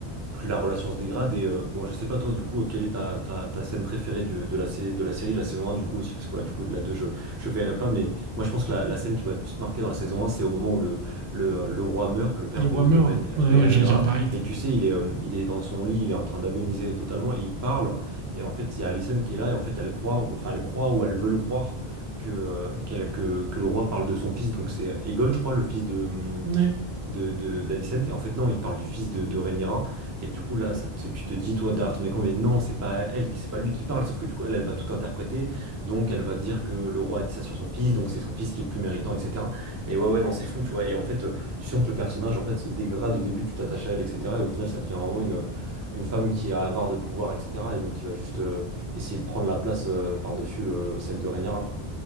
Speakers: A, on the right; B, on the right.
A: plus la relation se dégrade. Et euh, bon, je sais pas toi, du coup, quelle est ta, ta, ta scène préférée de, de la, sé- de la série, de la saison 1, du coup, aussi, parce que ouais, du coup, de la deux je, je verrai pas, mais moi, je pense que la, la scène qui va le plus marquer dans la saison 1, c'est au moment où le, le, le roi meurt, le père
B: Le
A: de,
B: roi meurt,
A: de, Rhaeny-
B: ouais,
A: de Rhaenyra,
B: j'allais dire pareil.
A: et tu sais, il est, euh, il est dans son lit, il est en train d'agoniser totalement, et il parle, et en fait, il y a Alicent qui est là, et en fait, elle croit, ou- enfin, elle croit ou elle veut le croire. Que, euh, que, que, que le roi parle de son fils, donc c'est Aegon, je crois, le fils de, hum,
B: Mais...
A: de, de- d'Alicent. Et en fait, non, il parle du fils de, de Rhaenyra. Et du coup, là, ça te- tu te dis, toi, d'art, on est con, mais non, c'est pas elle, qui- c'est pas lui qui parle. Sauf que du coup, elle, elle va tout interpréter. Donc, elle va dire que le roi a dit ça sur son fils. Donc, c'est son fils qui est plus méritant, etc. Et ouais, ouais, non, c'est fou, tu vois. Et en fait, euh, tu sens que le personnage, en fait, se dégrade au début, tu t'attaches à elle, etc. Et au final, ça devient vraiment une, une femme qui est avare de pouvoir, etc. Et donc, qui va juste euh, essayer de prendre la place euh, par-dessus le, celle de Rhaenyra, quoi.